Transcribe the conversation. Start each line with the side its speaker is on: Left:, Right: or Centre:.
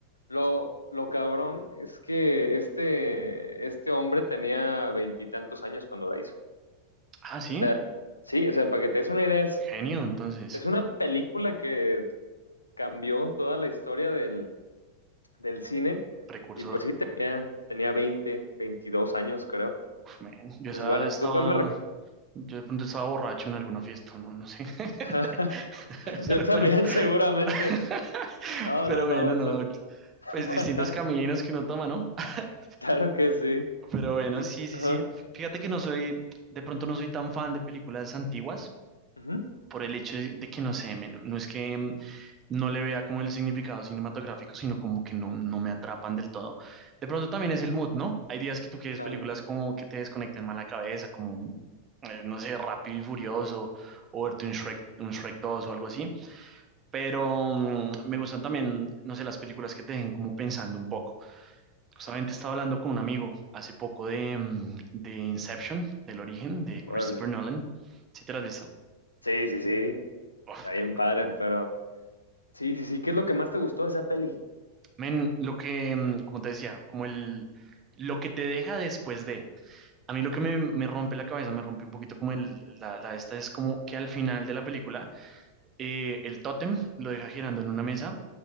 Left: lo, lo cabrón es que este, este hombre tenía veintitantos años cuando la hizo.
Right: Ah, sí,
Left: O sea, sí, o sea, para que te des una idea, es,
Right: genio, entonces,
Left: es una película que cambió toda la historia del del cine.
Right: precursor.
Left: Y pues sí, tenía, tenía 20, 22 años, creo.
Right: men, yo esa
Left: Es buena.
Right: vez estaba,
Left: ¿Tú cuál me
Right: yo de pronto estaba borracho en alguna fiesta, no, no sé. <laughs>
Left: recomiendas? <laughs>
Right: Pero
Left: Yo también,
Right: bueno.
Left: seguramente.
Right: <laughs>
Left: No,
Right: Pero
Left: no,
Right: bueno,
Left: no. esa-
Right: no.
Left: <laughs>
Right: Pues distintos caminos que uno toma, ¿no? <laughs>
Left: Claro que sí.
Right: Pero bueno,
Left: ¿Tú?
Right: sí, sí,
Left: Ajá.
Right: sí. Fíjate que no soy, de pronto no soy tan fan de películas antiguas
Left: Ujú.
Right: por el hecho de de que no sé, men, no es que no le vea como el significado cinematográfico, sino como que no, no me atrapan del todo. De pronto también es el mood, ¿no? Hay días que tú quieres
Left: Claro.
Right: películas como que te desconecten más la cabeza, como, eh, no sé, Rápido y Furioso, o verte un Shrek, un Shrek dos o algo así. Pero mm, me gustan también, no sé, las películas que te dejen como pensando un poco. Justamente
Left: Ok.
Right: estaba hablando con un amigo hace poco de, mm, de Inception, del origen, de Christopher
Left: Órale.
Right: Nolan. Si te lo has visto.
Left: Sí, sí, sí.
Right: Uf,
Left: Está
Right: película,
Left: bien padre, pero... Sí, sí, sí. ¿Qué es lo que más te gustó de esa peli?
Right: Men, lo que, mm, como te decía, como el, lo que te deja después de. A mí lo que me, me rompe la cabeza, me rompe un poquito como el, la, la esta, es como que al final de la película, eh, el tótem lo deja girando en una mesa